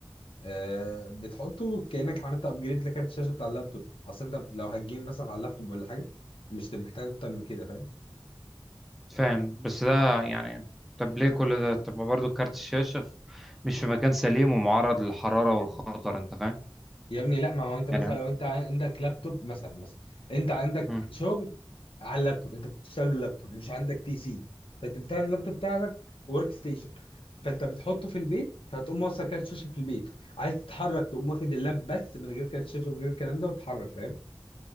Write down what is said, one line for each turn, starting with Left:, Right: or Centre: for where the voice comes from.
Left: آه بتحطه كانك عملت ابجريد لكارت الشاشه بتاع اللابتوب اصل انت لو هتجيم مثلا على اللابتوب ولا حاجه مش محتاج اكتر من كده فاهم
Centre: فاهم بس ده يعني طب ليه كل ده طب برضه كارت الشاشة في- مش في مكان سليم ومعرض للحرارة والخطر انت فاهم
Left: يا ابني لا ما هو انت مثلا
Centre: يعني
Left: لو انت عندك لابتوب مثلا مثلا انت عندك
Centre: مم.
Left: شغل على اللابتوب انت بتشتغل باللابتوب مش عندك بي سي فانت بتعمل اللابتوب بتاعك ورك ستيشن فانت بتحطه في البيت فهتقوم موصل كارت شاشه في البيت عايز تتحرك تقوم واخد اللاب بس من غير كارت شاشه من غير الكلام ده وتتحرك فاهم